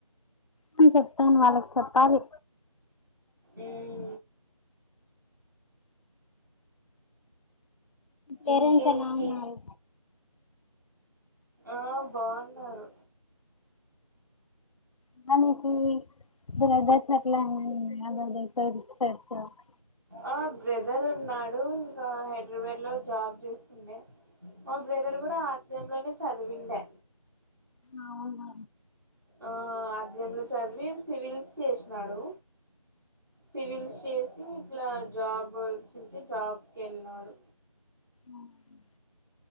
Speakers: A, on the left (about 65°); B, on the right (about 40°).
A: అని చెప్తాము వాళ్ళకి చెప్పాలి
B: ఉమ్ము
A: పేరెంట్స్
B: ఇంకేంటి
A: ఎలా ఉన్నారు
B: ఆ బాగున్నారు
A: <unintelligible>
B: ఆ బ్రదర్ ఉన్నాడు. ఇంకా హైదరాబాద్ లో జాబ్ చేస్తుండే మా బ్రదర్ కూడా ఆర్ద్యంలోనే చదివండే
A: అవును
B: ఆ అర్జం లో చదివి సివిల్స్ చేసినాడు సివిల్స్ చేసి ఇట్లా జాబ్ వచ్చి జాబ్కి వెళ్ళినడు
A: ఉ హు